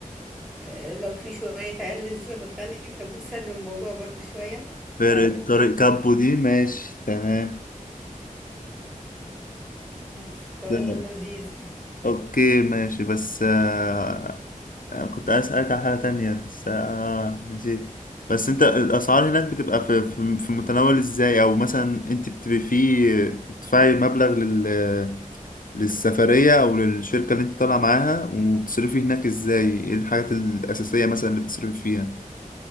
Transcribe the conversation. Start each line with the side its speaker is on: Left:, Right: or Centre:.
Centre: آه، لو في شوية عيال لسه بتغني فبيسلوا الموضوع برضو شوية
Left: فرقة
Centre: لا يعني
Left: طريق كابو دي ماشي تمام
Centre: بس فلذيذ
Left: تمام.
Centre: يعني
Left: اوكي ماشي بس آه آه، كنت عايز اسألك على حاجة تانية بس آه نسيت بس انت الاسعار هناك بتبقى في في, في متناول ازاي او مثلا انت بتبقي فيه بتدفعي مبلغ لل للسفرية او للشركة اللي انت طالعة معاها وبتصرفي هناك ازاي ايه الحاجات الاساسية مثلا اللي بتصرفي فيها